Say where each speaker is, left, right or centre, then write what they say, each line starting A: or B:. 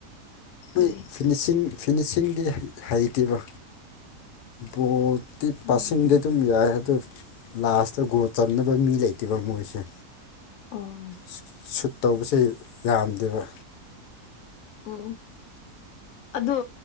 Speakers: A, on the left; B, on the left.
A: ꯃꯣꯏ
B: ꯀꯔꯤ
A: ꯐꯤꯅꯤꯁꯤꯡ ꯐꯤꯅꯤꯁꯤꯡꯗꯤ ꯍꯩꯇꯦꯕ ꯕꯣꯜ ꯇꯤ ꯄꯥꯁꯤꯡꯗꯤ
B: ꯎꯝ
A: ꯑꯗꯨꯝ ꯌꯥꯏ ꯑꯗꯨ ꯂꯥꯁꯇ ꯒꯣꯜ ꯆꯟꯅꯕ ꯃꯤ ꯂꯩꯇꯦꯕ ꯃꯣꯏꯁꯦ
B: ꯑꯣ
A: ꯁꯨꯠ ꯁꯨꯠ ꯇꯧꯕꯁꯦ ꯌꯥꯝꯗꯦꯕ
B: ꯑꯣ ꯑꯗꯣ